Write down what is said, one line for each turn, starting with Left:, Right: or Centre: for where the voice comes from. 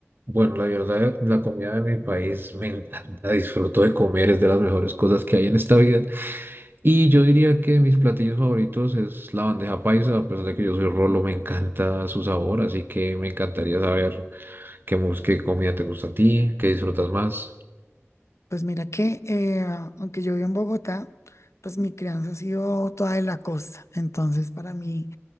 Right: Bueno, la verdad, la comida de mi país me encanta, disfruto de comer, es de las mejores cosas que hay en esta vida. Y yo diría que mis platillos favoritos es la bandeja paisa, a pesar de que yo soy rolo, me encanta su sabor, así que me encantaría saber qué, mus- qué comida te gusta a ti, qué disfrutas más.
Left: Pues mira que, eh, aunque yo vivo en Bogotá, pues mi crianza ha sido toda de la costa. Entonces, para mí,